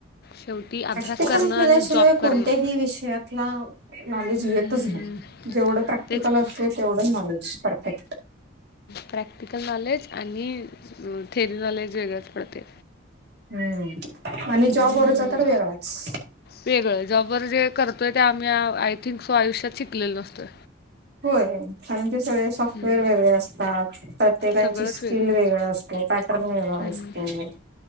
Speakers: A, on the left; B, on the right.
A: शेवटी अभ्यास
B: प्रॅक्टिकली
A: करणं
B: केल्याशिवाय
A: आणि जॉब
B: कोणत्याही
A: करणं.
B: विषयातला,, नॉलेज
A: हम्म,
B: येतच नाही. जेवढं प्रॅक्टिकल
A: तेच की.
B: असतय, तेवढं नॉलेज परफेक्ट.
A: प्रॅक्टिकल नॉलेज आणि थेरी नॉलेज वेगळच पडतेय.
B: हम्म आणि
A: हम्म,
B: जॉब वरचा तर वेगळाच.
A: वेगळं, जॉब वर जे करतोय ते आम्ही आय थिंक सो आयुष्यात शिकलेलो नसतोय.
B: होय,, कारण ते सगळे सॉफ्टवेअर
A: हं,
B: वेगळे असतात परतेकांची
A: सगळंच
B: स्किल
A: वेगळं.
B: वेगळा असतेय, पॅटर्न
A: हम्म
B: असतोय.